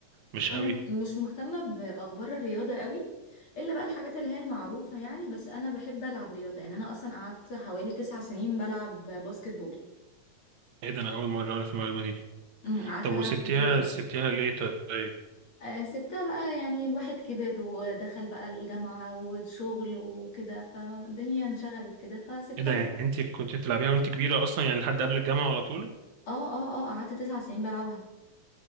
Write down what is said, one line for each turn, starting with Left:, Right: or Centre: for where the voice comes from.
Right: مش
Left: انا
Right: قوي
Left: مش مهتمه باخبار الرياضه قوي الا بقى الحاجات اللي هي المعروفه يعني بس انا بحب العب رياضه يعني انا اصلا قعدت حوالي تسع سنين بلعب باسكت بول
Right: ايه ده انا اول مرة اعرف المعلومة دي
Left: أمم، قعدت
Right: طب
Left: العب
Right: وسبتيها
Left: كتير قوي
Right: سبتيها ليه طيب
Left: آه سبتها بقى يعني الواحد كبر ودخل بقى الجامعه وشغل وكده فالدنيا انشغلت كده فسبتها
Right: ايه ده يعني انت كنت بتلعبيها وانت كبيرة اصلا يعني لحد قبل الجامعة على طول
Left: اه اه اه قعدت تسع سنين بلعبها